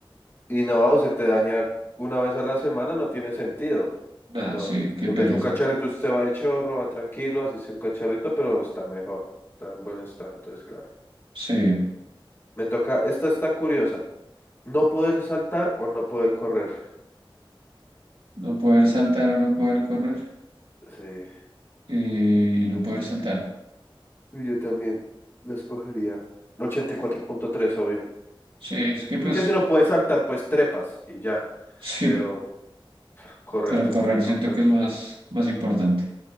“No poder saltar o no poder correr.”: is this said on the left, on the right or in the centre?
Right